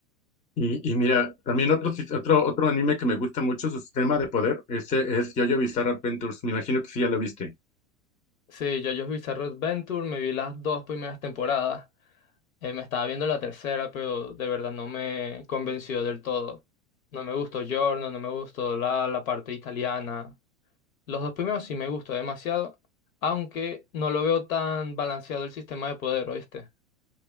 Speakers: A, on the left; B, on the left.
A: Y, y mira, también otro, sis- otro, otro anime que me gusta mucho, su sistema de poder, ese es Yo-Yo Bizarre Adventures. Me imagino que sí ya lo viste.
B: Sí, yo Bizarre Adventure, me vi las dos primeras temporadas. Eh, me estaba viendo la tercera, pero de verdad no me convenció del todo. No me gustó Giorno, no me gustó la, la parte italiana. Los dos primeros sí me gustó demasiado, aunque no lo veo tan balanceado el sistema de poder, ¿oíste?